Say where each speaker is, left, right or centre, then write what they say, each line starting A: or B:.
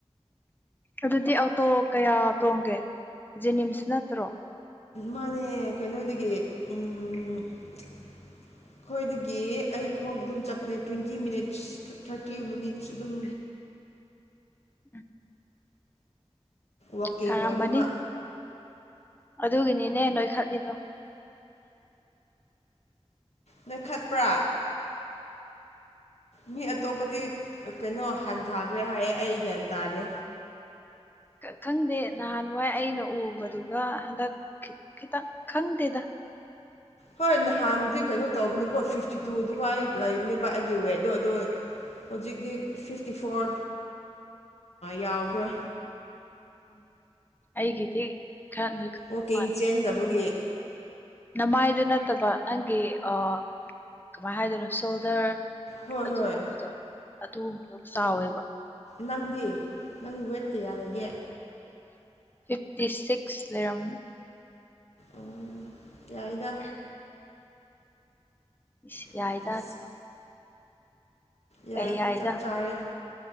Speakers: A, on the left (about 20°); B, on the left (about 70°).
A: ꯑꯗꯨꯗꯤ ꯑꯣꯇꯣ ꯀꯌꯥ ꯇꯣꯡꯒꯦ ꯖꯦꯅꯤꯝꯁ ꯅꯠꯇ꯭ꯔꯣ
B: ꯃꯥꯅꯦ ꯀꯩꯅꯣꯗꯒꯤ ꯎꯝ ꯑꯩꯈꯣꯏꯗꯒꯤ ꯑꯩ ꯈꯣꯡ ꯑꯗꯨꯝ ꯆꯠꯄꯅꯦ ꯇ꯭ꯋꯦꯟꯇꯤ ꯃꯤꯅꯤꯠꯁ ꯊꯥꯔꯇꯤ ꯃꯤꯅꯤꯠꯁ ꯑꯗꯨꯝ
A: ꯎꯝ
B: ꯋꯥꯛꯀꯤꯡ
A: ꯁꯥꯔꯝꯃꯅꯤ
B: ꯑꯣꯏꯅꯕ
A: ꯑꯗꯨꯒꯤꯅꯤꯅꯦ ꯅꯣꯏꯈꯠꯂꯤꯗꯣ
B: ꯅꫭꯏꯈꯠꯄ꯭ꯔꯥ ꯃꯤ ꯑꯇꯣꯞꯄꯗꯤ ꯀꯩꯅꯣ ꯍꯟꯊꯥꯈ꯭ꯔꯦ ꯍꯥꯏꯌꯦ ꯑꯩ ꯒꯤꯌꯥꯟ ꯇꯥꯗꯦ
A: ꯈꯪꯗꯦ ꯅꯍꯥꯟꯋꯥꯏ ꯑꯩꯅ ꯎꯕꯗꯨꯒ ꯍꯟꯗꯛ ꯈꯤꯇꯪ ꯈꯪꯗꯦꯗ
B: ꯍꯣꯏ ꯅꯍꯥꯟꯕꯨꯗꯤ ꯀꯩꯅꯣ ꯇꯧꯕꯅꯤꯀꯣ ꯐꯤꯐꯇꯤ ꯇꯨ ꯑꯗꯨꯃꯥꯏꯅ ꯂꯩꯕꯅꯦꯕ ꯑꯩꯒꯤ ꯋꯦꯠꯇꯣ ꯑꯗꯣ ꯍꯧꯖꯤꯛꯇꯤ ꯐꯤꯐꯇꯤ ꯐꯣꯔ ꯌꯥꯎꯈ꯭ꯔꯦ
A: ꯎꯝ ꯑꯩꯒꯤꯗꯤ ꯈꯔ ꯅꯣꯏꯈꯠꯄ
B: ꯋꯥꯛꯀꯤꯡ
A: ꯃꯥꯜꯂꯦꯕ
B: ꯆꯦꯟꯗꯕꯒꯤ
A: ꯅꯃꯥꯏꯗꯨ ꯅꯠꯇꯕ ꯅꯪꯒꯤ ꯑꯥ ꯀꯃꯥꯏꯅ ꯍꯥꯏꯗꯣꯏꯅꯣ ꯁꯣꯜꯗ꯭ꯔ
B: ꯍꯣꯏ
A: ꯑꯗꯨꯒꯨꯝꯕꯗꯣ
B: ꯍꯣꯏ
A: ꯑꯗꯨꯒꯨꯝꯕꯗꯣ ꯆꯥꯎꯋꯦꯕ
B: ꯅꯪꯗꯤ ꯅꯪ ꯋꯦꯠ ꯀꯌꯥ ꯂꯩꯒꯦ
A: ꯐꯤꯐꯇꯤ ꯁꯤꯛꯁ ꯂꯩꯔꯝꯅꯤ
B: ꯑꫭ ꯌꯥꯏꯗ
A: ꯏꯁ
B: ꯐꯤꯐꯇꯤ
A: ꯌꯥꯏꯗ <unintelligible>
B: ꯌꯥꯏ
A: ꯀꯩ ꯌꯥꯏꯗ
B: ꯆꯞ ꯆꯥꯔꯦ